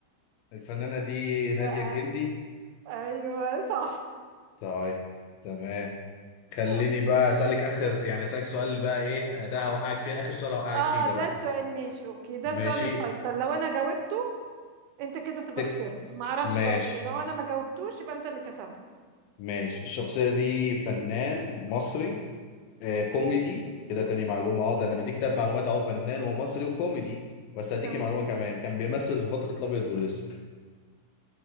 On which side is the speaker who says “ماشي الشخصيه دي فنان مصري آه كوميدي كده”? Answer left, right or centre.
Left